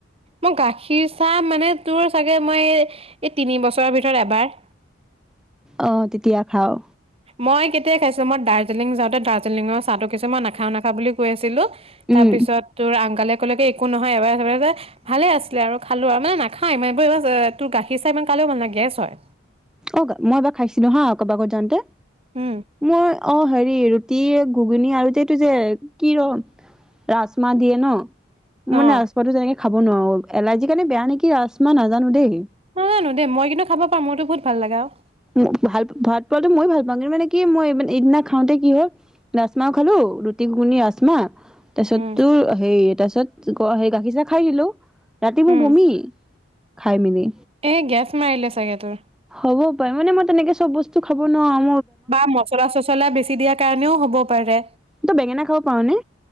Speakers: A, on the right; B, in the centre.
A: মই গাখীৰ চাহ মানে তোৰ চাগে মই এই তিনি বছৰৰ ভিতৰত এবাৰ
B: অহ, তেতিয়া খাৱ?
A: মই কেতিয়া খাইছিলোঁ? মই দাৰ্জিলিং যাওঁতে দাৰ্জিলিঙৰ চাহটো কিছু মই নাখাওঁ নাখাওঁ বুলি কৈ আছিলোঁ,
B: উম
A: তাৰ পিছত তোৰ অংকলে ক'লোকি একো নহয় এবাৰ ছেবাৰ যে ভালে আছিলে আৰু খালোঁ আৰু, মানে নাখায় <unintelligible> তোৰ গাখীৰ চাই ইমান খালেও ইমান ভাল নহয়, গেছ হয়।
B: অহ, মই এবাৰ খাইছিলোঁ হা ক'বাকত যাওঁতে।
A: উম,
B: মই অহ, হেৰি ৰুটিয়ে ঘুগুনী আৰু যে এইটো যে কি ৰম ৰাজমাহ দিয়ে ন?
A: অ',
B: মই নাচপতিও তেনেকে খাব নোৱাৰোঁ, এলাৰ্জি সেইকাৰণে বেয়া নেকি ৰাজমা নাজানোঁ দেই।
A: নাজানোঁ দে, মই কিন্তু খাব পাৰ। মোৰটো বহুত ভাল লাগে আৰু।
B: <unintelligible> ভাল ভাত পোৱটো মই ভাল পাওঁ কিন্তু মানে কি মই এইদিনা খাওঁতে কি হ'ল ৰাজমাও খালোঁ, ৰুটি গুগুনি ৰাজমা তাছত
A: উম,
B: তোৰ হেই তাছত কোৱা গাখীৰ চা খাই দিলো ৰাতি
A: উম,
B: মোৰ বমি খাই মেলি
A: এই গেছ মাৰিলে চাগে তোৰ
B: হ'ব পাৰ মানে মই তেনেকে চব বস্তু খাবোৱাৰ
A: বা মচলা চছলা বেছি দিয়াৰ কাৰণেও হব পাৰে
B: তই বেঙেনা খাব পাৰ নে